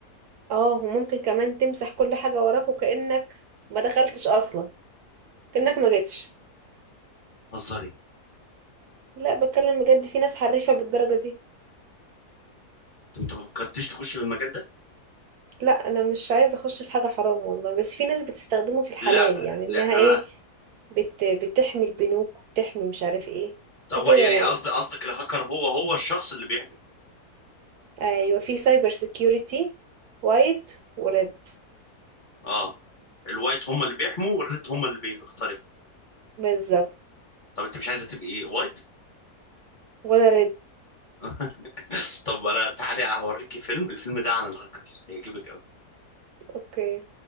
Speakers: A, on the right; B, on the left.
A: اه وممكن كمان تمسح كل حاجة وراك وكأنك ما دخلتش أصلا كأنك ما جيتش
B: هزاري
A: لا بتكلم بجد في ناس حريفة بالدرجة دي
B: انت ما فكرتش تخش في المجال ده
A: لا أنا مش عايزة أخش في حاجة حرام والله بس في ناس بتستخدمه في الحلال
B: لا
A: يعني
B: لا
A: إنها إيه
B: انا
A: بت... بتحمي البنوك وبتحمي مش عارف إيه
B: هو
A: وكده
B: يعني
A: يعني
B: قصد قصدك الهاكر هو هو الشخص اللي بيحمي
A: ايوه في سايبر سيكيورتي وايت وريد
B: اه الوايت هم اللي بيحموا والريد هم اللي بيخترقوا
A: بالظبط
B: طب انت مش عايزه تبقي وايت
A: ولا ريد
B: <laughs> طب انا تعالي هوريكي فيلم الفيلم ده عن الهاكرز هيعجبك قوي
A: اوكي